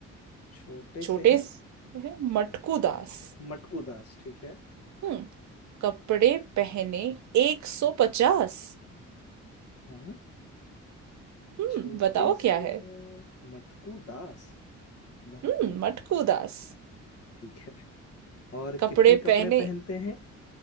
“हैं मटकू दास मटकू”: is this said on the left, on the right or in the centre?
Left